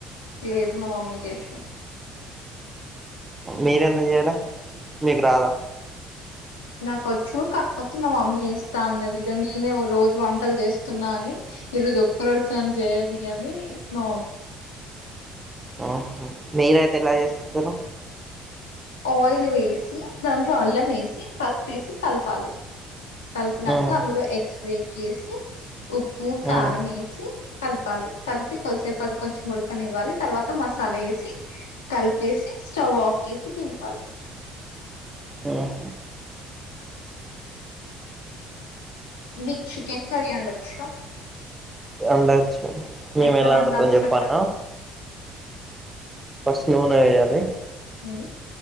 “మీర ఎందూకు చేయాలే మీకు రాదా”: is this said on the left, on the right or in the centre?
Right